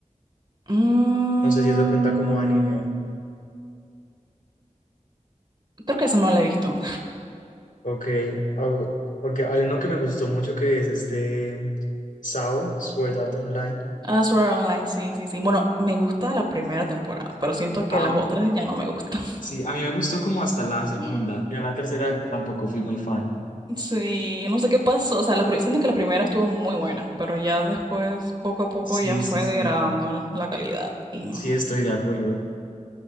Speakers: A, on the right; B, on the left.
A: Mm,
B: no sé si eso cuenta como anime.
A: creo que esa no la he visto. <laughs>
B: Ok, ah, porque hay uno que me gustó mucho que es este SAO, Sword Art Online.
A: Ah, Sword Art Online, sí, sí, sí. Bueno, me gusta la primera temporada, pero siento que
B: Ah,
A: las otras ya no me gustan.
B: sí, a mí me gustó como hasta la segunda.
A: <laughs>
B: Ya la tercera tampoco fui muy fan.
A: Sí, no sé qué pasó, o sea, la, pri- siento que la primera estuvo muy buena, pero ya después, poco a poco,
B: Sí,
A: ya fue
B: sí, sí.
A: degradando la calidad y...
B: Sí, estoy de acuerdo.